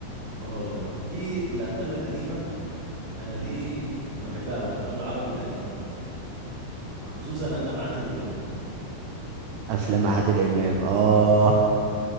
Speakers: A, on the right; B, on the right.
A: هقول لك في الافلام القديمة انا دي كنت بحبها قوي الافلام العربي القديمه خصوصا افلام عادل امام
B: افلام
A: القديمه
B: عادل امام اه